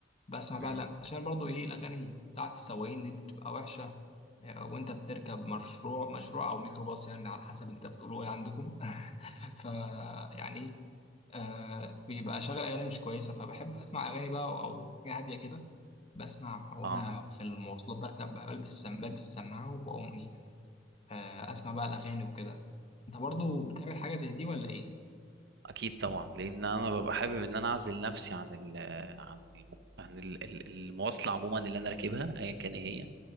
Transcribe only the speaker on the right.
امم
اه
اكيد طبعا لان انا ببقى حابب ان انا اعزل نفسي عن ال عن الم... عن ال- ال- المواصله عموما اللي انا راكبها ايا كان ايه هي